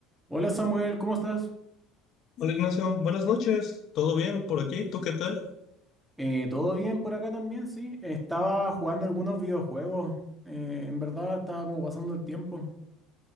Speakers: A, in the centre; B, on the left (about 45°).
A: Hola Samuel, ¿cómo estás?
B: Hola Ignacio, buenas noches. ¿Todo bien por aquí? ¿Tú qué tal?
A: Eh, ¿todo bien por acá también? Sí, estaba jugando algunos videojuegos. eh, en verdad estaba como pasando el tiempo.